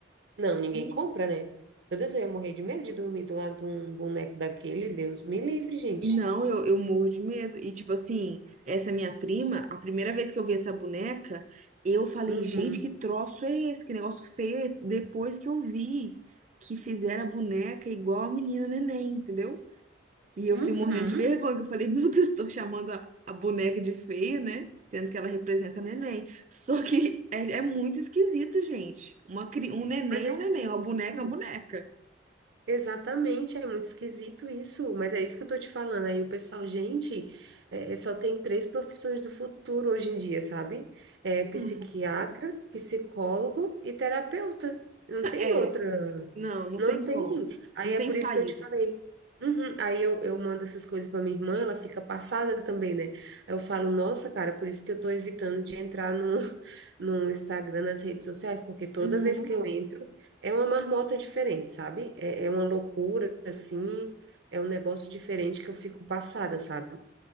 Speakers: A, on the right; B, on the right.
A: Não, ninguém
B: Eu-
A: compra, né? Meu Deus, eu ia morrer de medo de dormir do lado de um boneco daquele. Deus me livre, gente.
B: Não, eu, eu morro de medo. E, tipo assim, essa minha prima, a primeira vez que eu vi essa boneca, eu falei,
A: Uhum.
B: gente, que troço é esse? Que negócio feio é esse? Depois que eu vi que fizeram a boneca igual a menina neném, entendeu? E eu
A: Uhum.
B: fiquei morrendo de vergonha, que eu falei, <laughs> meu Deus, estou chamando a, a boneca de feia, né? Sendo que ela representa neném. Só que é, é muito esquisito, gente. Uma, cri- um neném
A: Mas é
B: é um
A: esquisito.
B: neném, uma boneca é uma boneca.
A: Exatamente, é muito esquisito isso. Mas é isso que eu tô te falando. Aí o pessoal, gente, é, é, só tem três profissões do futuro hoje em dia, sabe? É psiquiatra,
B: Hum.
A: psicólogo e terapeuta. Não tem
B: É,
A: outra.
B: não, não
A: Não
B: tem
A: tem.
B: como.
A: Aí
B: Não tem
A: é por
B: saída.
A: isso que eu te falei. Uhum. Aí eu, eu mando essas coisas para minha irmã, ela fica passada também, né? Aí eu falo, nossa, cara, por isso que eu tô evitando de entrar no, <laughs> no Instagram, nas redes sociais, porque toda
B: Uhum.
A: vez que eu entro, é uma marmota diferente, sabe? É, é uma loucura, assim, é um negócio diferente que eu fico passada, sabe?